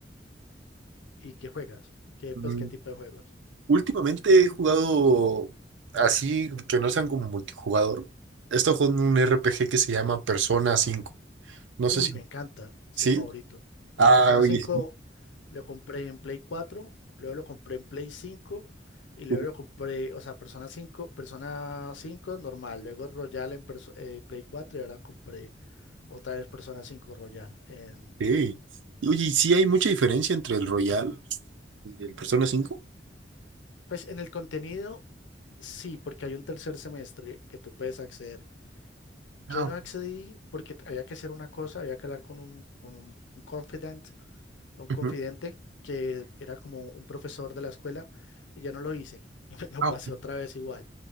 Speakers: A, on the left (about 80°); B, on the right (about 85°).
A: y que juegas? ¿Qué,
B: Mm,
A: pues, qué tipo de juegos?
B: Últimamente he jugado así que no sean como multijugador. He estado jugando un RPG que se llama Persona cinco No
A: Uy,
B: sé si...
A: me encanta ese
B: ¿Sí?
A: favorito.
B: Ah,
A: Persona
B: oye.
A: 5, lo compré en Play 4, luego lo compré en Play 5 y luego
B: Ujú.
A: lo compré, o sea, Persona cinco, Persona 5 normal, luego Royal en perso- eh, Play 4 y ahora compré otra vez Persona cinco Royal. En-
B: Sí. Y Oye, ¿y sí hay mucha diferencia entre el Royal y el Persona cinco
A: pues en el contenido, sí, porque hay un tercer semestre que tú puedes acceder.
B: Ah,
A: Yo
B: ok.
A: no accedí porque había que hacer una cosa, había que hablar con un, con un, un confidant un confidente
B: Ujú.
A: que era como un profesor de la escuela y ya no lo hice <laughs> y me lo
B: Ah,
A: pasé
B: ok.
A: otra vez igual.